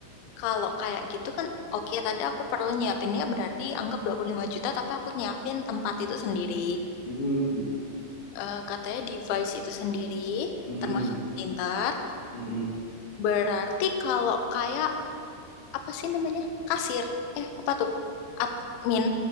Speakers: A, on the left; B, on the left.
A: kalau kayak gitu kan, oke tadi aku perlu nyiapinnya berarti anggap 25 juta, tapi aku nyiapin tempat itu sendiri,
B: Mm-mm,
A: eh, katanya device itu sendiri,
B: mm-mm,
A: termasuk printer.
B: mm-mm.
A: Berarti kalau kayak, apa sih namanya? Kasir. Eh, apa tuh? Admin.